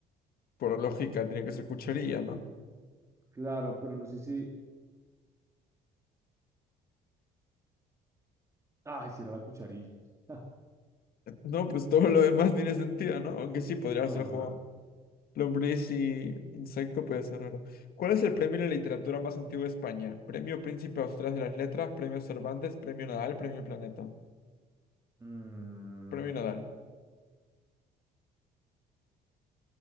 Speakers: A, on the left (about 60°); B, on the right (about 15°).
A: Por lógica, tiene que ser cucharilla, ¿no?
B: Claro, pero no sé si. Ay, si era la cucharilla. <laughs> Ah,
A: No, pues todo lo demás tiene sentido, ¿no? Aunque sí, podría
B: no,
A: ser jugado.
B: claro.
A: Lombriz y insecto puede ser raro. ¿Cuál es el premio de literatura más antiguo de España? Premio Príncipe Austral de las Letras, Premio Cervantes, Premio Nadal, Premio Planeta.
B: Mm,
A: Premio Nadal.